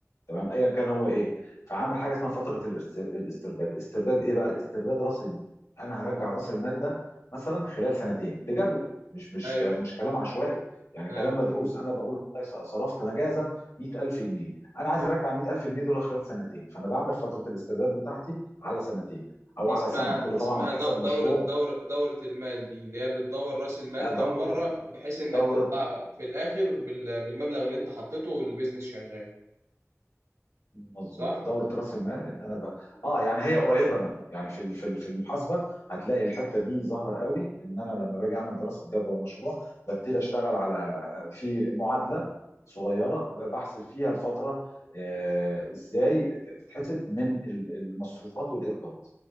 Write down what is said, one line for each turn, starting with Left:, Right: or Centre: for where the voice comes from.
Left: تمام ايا كان هو ايه فعامل حاجه اسمها فتره الاست- الاسترداد استرداد ايه بقى استرداد راس المال انا هرجع راس المال ده مثلا خلال سنتين بجدول مش مش
Right: أيوه
Left: ك- مش كلام عشوائي يعني
Right: أيوه
Left: كلام مدروس انا بقول والله صرفت مجازا 100000 جنيه انا عايز
Right: تمام
Left: ارجع ال 100000 جنيه دول خلال سنتين فانا بعمل فتره الاسترداد بتاعتي على سنتين
Right: دي
Left: او على
Right: اسمها
Left: سنه كل
Right: اسمها
Left: طبعا على حسب
Right: دو- دورة
Left: مشروع
Right: دورة دورة المال دي اللي هي بتدور رأس المال كم
Left: دوره
Right: مرة بحيث إنك
Left: دوره
Right: تطلع في الآخر بال- بالمبلغ اللي أنت حطيته والبيزنس شغال
Left: مظبوط
Right: صح؟
Left: دورة رأس المال ان انا ب... اه يعني هي قريبة منها يعني في ال- في ال- في المحاسبة هتلاقي الحتة دي ظاهرة قوي ان انا لما باجي اعمل دراسة جدوى المشروع ببتدي اشتغل على في معادلة صغيرة بحسب فيها الفترة آه ازاي تتحسب من ال- المصروفات والايرادات